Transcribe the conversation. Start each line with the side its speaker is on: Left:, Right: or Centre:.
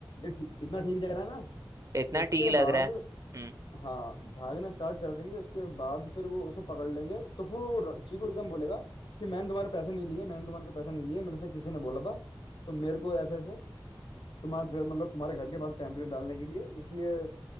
Left: ये ठीक इतना ठीक जा रहा है ना
Right: इतना
Left: इसके
Right: ठीक
Left: बाद
Right: लग रहा है हम्म
Left: हाँ भागना स्टार्ट कर देंगे उसके बाद फिर वो उसको पकड़ लेंगे तो फिर वो र- चीकू एकदम बोलेगा कि मैंने तुम्हारे पैसे नहीं लिए मैंने तुम्हारे पैसे नहीं लिए मेरे से किसी ने बोला था तो मेरे को ऐसे ऐसे तुम्हारे घर- मतलब तुम्हारे घर के बाहर टेम्पलेट डालने के लिए इसलिए